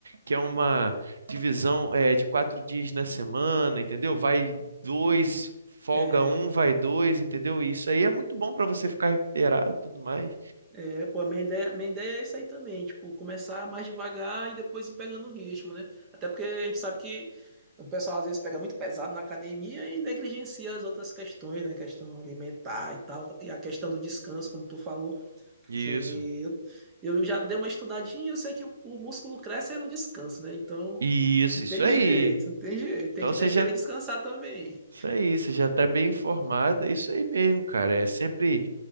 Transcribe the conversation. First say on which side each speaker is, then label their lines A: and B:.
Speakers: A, on the right; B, on the right.
A: que é uma divisão é, de quatro dias na semana, entendeu? Vai dois, folga
B: É,
A: um, vai dois, entendeu? E isso aí é muito bom para você ficar recuperado, e tudo mais.
B: é, pô, a minha ideia, minha ideia é essa aí também, tipo, começar mais devagar e depois ir pegando o ritmo, né? Até porque a gente sabe que o pessoal às vezes pega muito pesado na academia e negligencia as outras questões, né? Questão alimentar e tal, e a questão do descanso, como tu falou, porque
A: Isso.
B: eu, eu já dei uma estudadinha e eu sei que o, o músculo cresce é no descanso, né? Então,
A: Isso,
B: não
A: isso
B: tem
A: aí.
B: jeito, não tem jeito, tem
A: Então
B: que
A: você
B: deixar
A: já,
B: ele descansar também.
A: isso aí, você já tá bem informado, é isso aí mesmo, cara. É sempre